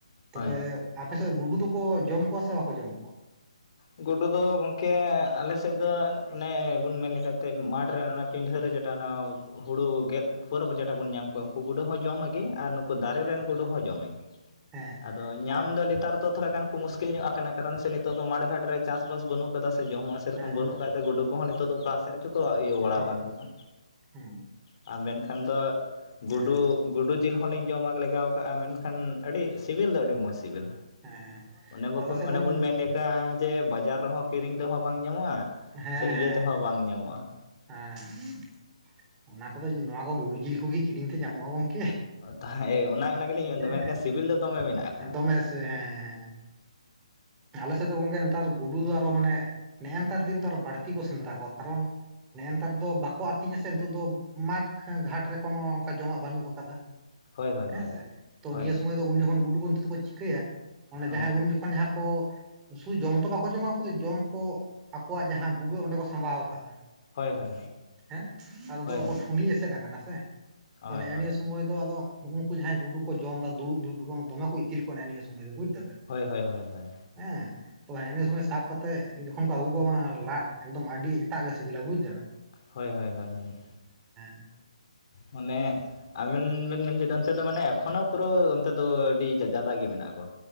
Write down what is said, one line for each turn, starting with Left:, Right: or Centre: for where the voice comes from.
Right: ᱛᱚᱵᱮ
Left: ᱦᱳᱭ
Right: ᱟᱯᱮᱥᱮᱫ ᱜᱩᱰᱩ ᱫᱚᱠᱚ ᱡᱚᱢ ᱠᱚᱣᱟ ᱥᱮ ᱵᱟᱠᱚ ᱡᱚᱢ ᱠᱚᱣᱟ?
Left: ᱜᱩᱰᱩ ᱫᱚ ᱜᱚᱝᱠᱮ ᱟᱞᱮ ᱥᱮᱫ ᱫᱚ ᱚᱱᱮ ᱵᱚᱱ ᱢᱮᱱ ᱞᱮᱠᱷᱟᱡ ᱛᱮ ᱢᱟᱴᱷ ᱨᱮ ᱚᱱᱮ ᱯᱤᱰᱷᱟᱹ ᱨᱮ ᱡᱮᱴᱟ ᱚᱱᱟ ᱦᱩᱲᱩ ᱜᱮᱫ ᱯᱚᱨ ᱡᱮᱴᱟ ᱵᱚᱱ ᱧᱟᱢ ᱠᱚᱣᱟ ᱩᱱᱠᱩ ᱜᱩᱰᱟᱹ ᱦᱚᱸ ᱡᱚᱢᱟ ᱜᱮ ᱟᱨ ᱱᱩ ᱠᱩ ᱫᱟᱨᱮ
Right: ᱦᱮᱸ
Left: ᱨᱮᱱ ᱜᱩᱰᱩ ᱦᱚᱸ ᱡᱚᱢᱮᱜᱮ
Right: ᱦᱮᱸ
Left: ᱟᱫᱚ ᱧᱟᱢ
Right: ᱟᱡ-
Left: ᱫᱚ ᱱᱮᱛᱟᱨ ᱫᱚ ᱛᱷᱚᱲᱟ ᱜᱟᱱ ᱠᱚ ᱢᱩᱥᱠᱤᱞ ᱧᱚᱜ ᱟᱠᱟᱱᱟ ᱠᱟᱨᱚᱱ ᱥᱮ ᱱᱤᱛᱚᱜ ᱫᱚ ᱢᱟᱴᱷ ᱜᱷᱟᱴ ᱨᱮ ᱪᱟᱥ ᱵᱟᱥ ᱵᱟᱹᱱᱩᱜ ᱠᱟᱫᱟ ᱥᱮ ᱡᱚᱢᱟᱜ ᱥᱮᱨᱚᱠᱚᱢ
Right: ᱦᱮᱸ
Left: ᱵᱟᱹᱱᱩᱜ <unintelligible> ᱜᱩᱰᱩ ᱠᱚᱦᱚᱸ ᱱᱤᱛᱚᱜ ᱫᱚ ᱚᱠᱟ ᱥᱮᱫ ᱨᱮᱪᱚ ᱠᱚ ᱤᱭᱟᱹ ᱵᱟᱲᱟᱣ
Right: ᱦᱮᱸ
Left: ᱠᱟᱱ ᱛᱟᱵᱚᱱᱟ
Right: ᱦᱮᱸ
Left: ᱟᱨ ᱢᱮᱱᱠᱷᱟᱱ ᱫᱚ
Right: ᱦᱮᱸ
Left: ᱜᱩᱰᱩ ᱜᱩᱰᱩ ᱡᱤᱞ ᱦᱚᱸᱞᱤᱧ ᱡᱚᱢᱟᱜ ᱞᱮᱜᱟᱣ ᱠᱟᱜᱼᱟ ᱢᱮᱱᱠᱷᱟᱱ ᱟᱹᱰᱤ ᱥᱤᱵᱤᱞ ᱫᱚ ᱟᱹᱰᱤ ᱢᱚᱡᱽ ᱥᱤᱵᱤᱞᱟ
Right: ᱦᱮᱸ
Left: ᱚᱱᱮ ᱵᱟᱠᱚ
Right: ᱟᱞᱮ ᱥᱮᱫ
Left: ᱚᱱᱮ
Right: ᱫᱚ ᱦᱮᱸ
Left: ᱵᱚᱱ ᱢᱮᱱ ᱞᱮᱠᱟ ᱡᱮ ᱵᱟᱡᱟᱨ ᱨᱮᱦᱚᱸ ᱠᱤᱨᱤᱧ ᱛᱮᱦᱚᱸ ᱵᱟᱝ ᱧᱟᱢᱚᱜᱼᱟ
Right: ᱦᱮᱸ
Left: ᱥᱮ
Right: ᱦᱮᱸ
Left: ᱤᱭᱟᱹ ᱛᱮᱦᱚᱸ ᱵᱟᱝ ᱧᱟᱢᱚᱜᱼᱟ᱾
Right: ᱦᱮᱸ ᱚᱱᱟ ᱠᱚᱫᱚ ᱱᱚᱣᱟ ᱠᱚ ᱜᱩᱰᱩ ᱡᱤᱞ ᱠᱚᱜᱮ ᱠᱤᱨᱤᱧ ᱛᱮ ᱧᱟᱢᱚᱜᱼᱟ ᱜᱚᱝᱠ
Left: ᱛᱟᱦᱮ ᱮᱸ ᱚᱱᱟ ᱚᱱᱟ ᱜᱮᱞᱤᱧ ᱢᱮᱱᱫᱟ
Right: ᱦᱮᱸ
Left: ᱢᱮᱱᱠᱷᱟᱱ ᱥᱤᱵᱤᱞ ᱫᱚ ᱫᱚᱢᱮ ᱢᱮᱱᱟᱜᱼᱟ
Right: ᱫᱚᱢᱮ ᱥᱮ ᱦᱮᱸ ᱦᱮᱸ ᱟᱞᱮ ᱥᱮᱫ ᱫᱚ ᱜᱚᱢᱠᱮ ᱱᱮᱛᱟᱨ ᱜᱩᱰᱩ ᱫᱚ ᱟᱨᱚ ᱢᱟᱱᱮ ᱱᱮᱜᱼᱮ ᱱᱮᱛᱟᱨ ᱫᱤᱱ ᱫᱚ ᱟᱨᱚ ᱵᱟᱹᱲᱛᱤ ᱠᱚ ᱥᱮᱸᱫᱽᱨᱟ ᱠᱚᱣᱟ ᱠᱟᱨᱚᱱ ᱱᱮᱜᱼᱮ ᱱᱮᱛᱟᱨ ᱫᱚ ᱵᱟᱠᱚ ᱟᱹᱛᱤᱧᱟ ᱥᱮ ᱱᱤᱛᱚᱜ ᱫᱚ ᱢᱟᱴᱷ ᱜᱷᱟᱴ ᱨᱮ ᱠᱳᱱᱚ ᱚᱱᱠᱟ ᱡᱚᱢᱟᱜ ᱵᱟᱹᱱᱩᱜ ᱟᱠᱟᱫᱟ
Left: ᱦᱳᱭ ᱦᱳᱭ
Right: ᱦᱮᱸᱥᱮ
Left: ᱦᱳᱭ
Right: ᱛᱚ
Left: ᱦᱳᱭ
Right: ᱱᱤᱭᱟᱹ ᱥᱚᱢᱚᱭ ᱫᱚ ᱩᱱ ᱡᱚᱠᱷᱚᱱ ᱜᱩᱰᱩ ᱜᱚᱢᱛᱤ ᱛᱮᱠᱚ ᱪᱤᱠᱟᱹᱭᱟ ᱚᱱᱮ
Left: ᱦᱳᱭ
Right: ᱡᱟᱦᱟᱸᱭ
Left: ᱦᱳᱭ
Right: ᱩᱱ ᱡᱚᱠᱷᱚᱱ ᱡᱟᱦᱟᱸ ᱯᱚᱸ ᱥᱩ ᱡᱚᱢ ᱛᱚ ᱵᱟᱠᱚ ᱡᱚᱢᱟ ᱩᱱᱠᱩ ᱫᱚ ᱡᱚᱢ ᱠᱚ- ᱟᱠᱚᱣᱟᱜ ᱡᱟᱦᱟᱸ ᱵᱷᱩᱜᱟᱹᱜ ᱚᱸᱰᱮ ᱠᱚ ᱥᱟᱸᱵᱟᱣ ᱠᱟᱜᱼᱟ
Left: ᱦᱳᱭ ᱦᱳᱭ
Right: ᱦᱮᱸ ᱟᱨ
Left: ᱦᱳᱭ
Right: ᱴᱷᱩᱱᱤ
Left: ᱦᱳᱭ
Right: ᱮᱥᱮᱫ ᱠᱟᱱᱟ ᱥᱮ
Left: ᱦᱳᱭ
Right: ᱛᱚ ᱱᱮ-ᱱᱤᱭᱟ.
Left: ᱦᱳᱭ
Right: ᱥᱚᱢᱚᱭ ᱫᱚ ᱟᱫᱚ ᱦᱩᱱᱩᱠᱩ ᱡᱟᱦᱟᱸᱭ ᱜᱩᱰᱩ ᱠᱚ ᱡᱚᱢ ᱫᱩᱲᱩᱵᱩᱲᱵ ᱵᱟᱝ ᱫᱚᱢᱮ ᱠᱚ ᱤᱛᱤᱞ ᱠᱚ ᱠᱟᱱᱟ ᱱᱤᱭᱟᱹ ᱥᱚᱢᱚᱭ ᱫᱚ ᱵᱩᱡ ᱫᱟᱵᱮᱱ
Left: ᱦᱳᱭ ᱦᱳᱭ ᱦᱳᱭ ᱦᱳᱭ
Right: ᱦᱮᱸ ᱛᱚᱵ ᱮᱦᱮᱱᱮ ᱥᱚᱢᱚᱭ ᱥᱟᱵ ᱠᱟᱛᱮᱫ ᱡᱚᱠᱷᱚᱱ ᱠᱚ ᱟᱹᱜᱩ ᱠᱚᱣᱟ ᱵᱟᱝ ᱞᱟᱫ ᱮᱠᱫᱚᱢ ᱟᱹᱰᱤ ᱮᱴᱟᱜ ᱜᱮ ᱥᱤᱵᱤᱞᱟ ᱵᱩᱡ ᱫᱟᱵᱮᱱ
Left: ᱦᱳᱭ ᱦᱳᱭ ᱦᱳᱭ
Right: <inaudible>
Left: ᱢᱟᱱᱮ ᱟᱵᱮᱱ ᱵᱮᱱ ᱢᱮᱱ ᱦᱚᱪᱚᱭᱮᱫ ᱚᱱᱛᱮ ᱫᱚ ᱢᱟᱱᱮ ᱮᱠᱷᱚᱱᱳ ᱯᱩᱨᱟᱹ ᱚᱱᱛᱮ ᱫᱚ ᱟᱹᱰᱤ ᱡᱟᱫᱟ ᱜᱮ ᱢᱮᱱᱟᱜ ᱠᱚᱣᱟ